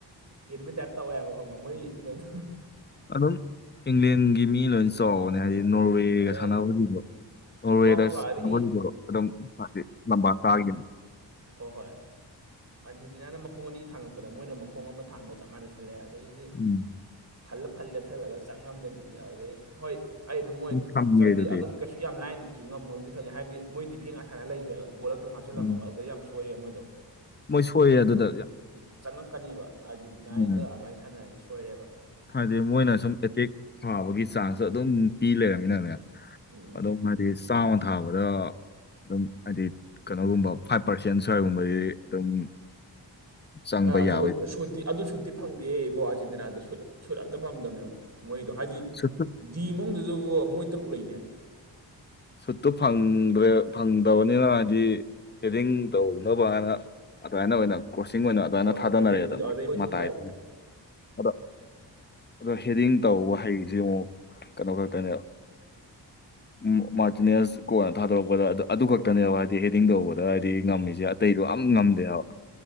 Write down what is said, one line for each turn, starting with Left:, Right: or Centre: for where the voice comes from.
Right: ꯍꯦꯟꯕ ꯇꯥꯏꯞ ꯇꯧꯋꯦ ꯍꯥꯏꯕ ꯈꯪꯕ ꯃꯣꯏ ꯂꯦꯞꯃꯤꯟꯅꯗꯣ
Left: ꯑꯗꯨꯝ ꯏꯪꯂꯦꯟꯒꯤ ꯃꯤ ꯂꯣꯏ ꯆꯥꯎꯕꯅꯦ ꯍꯥꯏꯗꯤ ꯅꯣꯔꯋꯦꯒ
Right: ꯑꯗꯨ ꯍꯥꯏꯁꯦ
Left: ꯁꯥꯟꯅꯕꯒꯤꯗꯣ ꯅꯣꯔꯋꯦꯗ
Right: ꯋꯥꯡ ꯆꯥꯎ
Left: ꯁꯁ
Right: ꯑꯗꯒꯤ
Left: ꯅꯣꯍꯣꯔꯤꯗꯣ ꯑꯗꯨꯝ ꯍꯥꯏꯗꯤ ꯂꯝꯕ ꯆꯥꯒꯤ
Right: ꯍꯣ ꯍꯣꯏ ꯑꯥꯔꯖꯦꯟꯇꯤꯅꯥꯅ ꯃꯈꯣꯡ ꯑꯅꯤ ꯊꯥꯡꯉꯛꯄꯗ ꯃꯣꯏꯅ ꯃꯈꯣꯡ ꯑꯃ ꯊꯥꯡꯕꯒ ꯆꯞ ꯃꯅꯖ ꯊꯜꯂꯛꯑꯦ ꯑꯗꯩꯗꯤ
Left: ꯎꯝ
Right: ꯐꯜꯂ ꯐꯜ ꯂꯦꯞꯁꯜꯂꯒ ꯆꯪꯉꯝꯗꯕꯤꯗꯤ ꯑꯗꯩ ꯍꯣꯏ ꯑꯩ ꯑꯗꯨ ꯃꯣꯏ
Left: ꯈꯪꯉꯦ
Right: ꯆꯪꯗꯤ
Left: ꯑꯗꯨꯗꯤ
Right: ꯑꯗꯨꯝ ꯀꯩꯁꯨ ꯌꯥꯝ ꯂꯥꯏꯟꯗꯤ ꯀꯩ ꯉꯝꯣꯏꯕꯗꯤ ꯈꯪꯦ ꯍꯥꯏꯗꯤꯣꯏꯗꯤ ꯐꯦꯡ ꯑꯥ ꯂꯩꯈꯦ ꯣꯜ ꯑꯃꯇꯪ ꯍꯥꯞꯦ ꯍꯥꯞꯆꯜꯂꯝꯃꯒ
Left: ꯎꯝ
Right: ꯑꯗꯨꯗ ꯌꯥꯝ ꯁꯣꯏꯑꯦ ꯃꯣꯏꯗꯣ
Left: ꯃꯣꯏ ꯁꯣꯏꯌꯦ ꯑꯗꯨꯗ
Right: ꯑꯗꯨꯝ
Left: ꯌꯥꯝ
Right: ꯆꯪꯉꯛꯀꯅꯤꯕ ꯑꯥꯔꯖꯦꯟꯇꯤꯅꯥꯗ
Left: ꯎꯝ
Right: ꯑꯗꯨꯃꯥꯏꯅ ꯁꯥꯟꯅꯔꯗꯤ ꯁꯣꯏꯔꯦꯕ
Left: ꯍꯥꯏꯗꯤ ꯃꯣꯏꯅ ꯁꯨꯝ ꯑꯦꯇꯦꯛ ꯊꯥꯕꯒꯤ ꯆꯥꯟꯁꯁꯨ ꯑꯗꯨꯝ ꯄꯤ ꯂꯩꯔꯅꯤꯅꯅꯦ
Right: ꯎꯝ
Left: ꯑꯗꯨꯝ ꯆꯥꯃ ꯊꯥꯕꯗ ꯑꯗꯨꯝ ꯍꯥꯏꯗꯤ ꯀꯩꯅꯣꯒꯨꯝꯕ ꯐꯥꯏꯚ ꯄꯥꯔꯁꯦꯟ ꯁ꯭ꯋꯥꯏꯒꯨꯝꯕꯗꯤ ꯑꯗꯨꯝ ꯆꯪꯕ
Right: ꯑꯗꯨ
Left: ꯌꯥꯕꯩ
Right: ꯁꯨꯇꯤ ꯑꯗꯨ ꯁꯨꯠꯇꯤ ꯐꯪꯗꯦꯌꯦ ꯏꯕꯣ ꯑꯥꯔꯖꯦꯟꯇꯤꯅꯥꯗ ꯁꯨꯠ ꯁꯨꯠ ꯑꯝꯇ ꯐꯪꯗꯝꯕꯅꯦꯕ ꯃꯣꯏꯗꯣ ꯍꯥꯏꯗꯤ
Left: ꯁꯇꯨ
Right: ꯗꯤ ꯃꯅꯨꯡꯗꯨꯗꯕꯨ ꯃꯣꯏ ꯇꯔꯨꯛ ꯂꯩꯅꯦ
Left: ꯁꯨꯠꯇꯨ ꯐꯪꯗ꯭ꯔꯦ ꯐꯪꯗꯕꯅꯤꯅ ꯍꯥꯏꯗꯤ ꯍꯦꯗꯤꯡ ꯇꯧꯅꯕꯅ ꯑꯗꯨꯃꯥꯏꯅ ꯑꯣꯏꯅ ꯀ꯭ꯔꯣꯁꯤꯡ ꯑꯣꯏꯅ ꯑꯗꯨꯃꯥꯏꯅ
Right: ꯍꯣꯏ
Left: ꯊꯥꯗꯅꯔꯛꯑꯦꯗꯅ
Right: ꯍꯦꯗꯤꯡꯗꯨ ꯑꯗꯩ ꯃꯣꯏꯁꯨ
Left: ꯃꯇꯥꯏꯗ
Right: ꯈꯔ
Left: ꯑꯗꯣ ꯑꯗꯣ ꯍꯦꯗꯤꯡ ꯇꯧꯕ ꯍꯩꯁꯦ ꯑꯃꯨꯛ ꯀꯩꯅꯣ ꯈꯛꯇꯅꯦꯕ ꯃꯣ ꯃꯥꯔꯇꯤꯅꯦꯁ ꯀꯣꯅ ꯊꯥꯗꯣꯔꯛꯄꯗ ꯑꯗ ꯑꯗꯨ ꯈꯛꯇꯅꯦꯕ ꯍꯥꯏꯗꯤ ꯍꯦꯗꯤꯡ ꯇꯧꯕꯗ ꯍꯥꯏꯗꯤ ꯉꯝꯃꯤꯁꯦ ꯑꯇꯩꯗꯣ ꯑꯝ ꯉꯝꯗꯦ ꯍꯥꯏꯕ